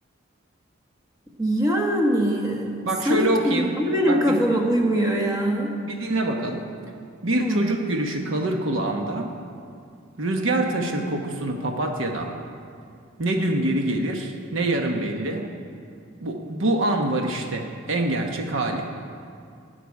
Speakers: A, on the right; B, on the right.
A: Yani
B: Bak
A: sanki
B: şöyle okuyayım.
A: tonlama benim
B: Bak
A: kafama
B: bir,
A: uymuyor ya.
B: bir dinle bakalım. Bir
A: Tamam.
B: çocuk gülüşü kalır kulağımda. Rüzgar taşır kokusunu papatyadan. Ne dün geri gelir, ne yarın belli. Bu, bu an var işte en gerçek hali.